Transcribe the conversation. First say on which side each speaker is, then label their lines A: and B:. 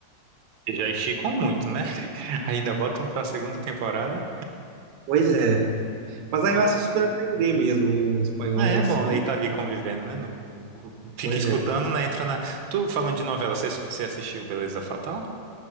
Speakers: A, on the right; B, on the right.
A: E já esticam muito, né? <laughs> Ainda botam pra segunda temporada.
B: Pois é. Mas
A: Nossa.
B: aí eu assisto para aprender mesmo o espanhol,
A: É, é
B: assim.
A: bom, né? E tá ali convivendo, né? No, o- o- fica
B: Pois
A: escutando,
B: é.
A: né? Entra na. Tu falando de novela, você, você assistiu Beleza Fatal?